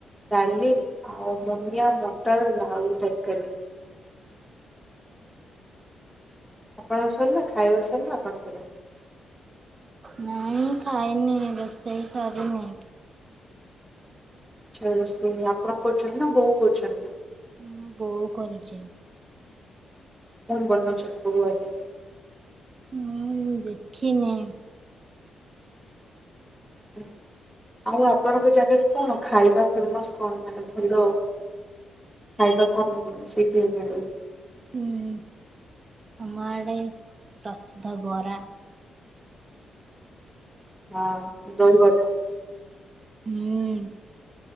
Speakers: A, in the centre; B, on the right.
A: ଡାଲି ଆଉ ମୋନିଆ ମଟର ଆଳୁ ତରକାରି ଆପଣଙ୍କ ସରିଲା ଖାଇବା ସିରିଲା ଆପଣଙ୍କର
B: ନାଇଁ ଖାଇନି ରୋଷେଇ ସରିନି।
A: ଆଛା ରୋଷେଇ ଆପଣ କରୁଛନ୍ତି ନା ବୋଉ କରୁଛନ୍ତି
B: ହୁଁ ବୋଉ କରୁଚି।
A: କଣ ବନଉଛନ୍ତି ବୋଉ ଆଜି
B: ହୁଁ ଦେଖିନି
A: ହ ଆଉ ଆପଣଙ୍କ ଜାଗାରେ କଣ ଖାଇବା ଫେମସ କଣ ମାନେ ଭଲ ଖାଇବା କଣ ସେଇଠି ମିଳେ।
B: ଉଁ ଆମ ଆଡେ ପ୍ରସିଦ୍ଧ ବରା।
A: ହଁ ଦହିବରା।
B: ହୁଁ